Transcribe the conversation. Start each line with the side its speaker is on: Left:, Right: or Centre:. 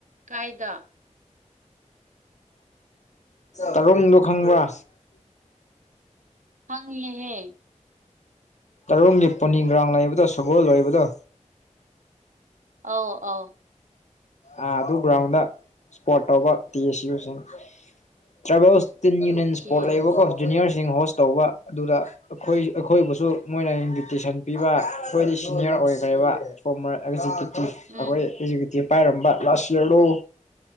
Right: ꯀꯥꯏꯗ
Left: ꯇꯔꯨꯡꯗꯣ ꯈꯪꯕ꯭ꯔꯥ
Right: ꯍꯪꯦꯍꯦ
Left: ꯇꯔꯣꯡꯒꯤ ꯄꯣꯅꯤ ꯒ꯭ꯔꯥꯡ ꯂꯩꯕꯗꯣ ꯁꯒꯣꯜ ꯂꯩꯕꯗꯣ
Right: ꯑꯥꯎ ꯑꯥꯎ
Left: ꯑ ꯑꯗꯨ ꯒ꯭ꯔꯥꯎꯟꯗ ꯏꯁꯄꯣꯔꯠ ꯇꯧꯕ ꯄꯤ ꯑꯦꯁ ꯌꯨꯁꯤꯡ ꯇ꯭ꯔꯥꯏꯕꯦꯜꯁ ꯇꯤꯟ ꯌꯨꯅꯤꯌꯟ
Right: ꯑꯣꯀꯦ
Left: ꯏꯁꯄꯣꯔꯠ ꯂꯩꯕꯀꯣ ꯖꯨꯅꯤꯌꯔꯁꯤꯡ ꯍꯣꯁ ꯇꯧꯕ ꯑꯗꯨꯗ ꯑꯩꯈꯣꯏ ꯑꯩꯈꯣꯏꯕꯨꯁꯨ ꯃꯣꯏꯅ ꯏꯟꯚꯤꯇꯦꯁꯟ ꯄꯤꯕ ꯑꯩꯈꯣꯏꯗꯤ ꯁꯤꯅꯤꯌꯔ ꯑꯣꯏꯈ꯭ꯔꯦꯕ ꯐꯣꯔꯃꯔ ꯑꯦꯛ ꯑꯩꯈꯣꯏ
Right: ꯎꯝ
Left: ꯑꯦꯖꯤꯀꯦꯇꯤꯚ ꯄꯥꯏꯔꯝꯕ ꯂꯥꯁ ꯌꯌꯥꯔꯗꯣ